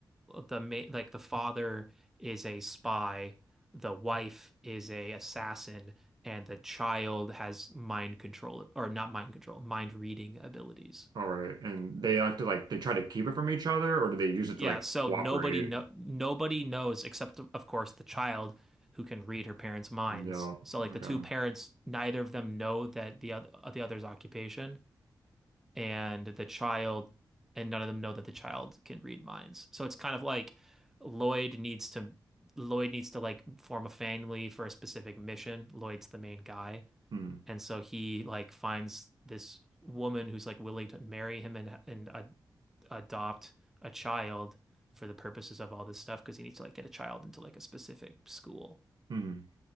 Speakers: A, in the centre; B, on the right.
A: the ma- like the father is a spy, the wife is a assassin, and the child has mind control or not mind control, mind reading abilities.
B: All right. And they have to like, they try to keep it from each other or do they use it
A: Yeah,
B: to like
A: so
B: cooperate?
A: nobody no nobody knows except of course the child who can read her parents' minds.
B: No.
A: So like
B: Okay.
A: the two parents, neither of them know that the other the other's occupation and the child and none of them know that the child can read minds. So it's kind of like Lloyd needs to Lloyd needs to like form a family for a specific mission. Lloyd's the main guy.
B: Mm.
A: And so he like finds this woman who's like willing to marry him and and uh, adopt a child for the purposes of all this stuff because he needs to like get a child into like a specific school.
B: Mm.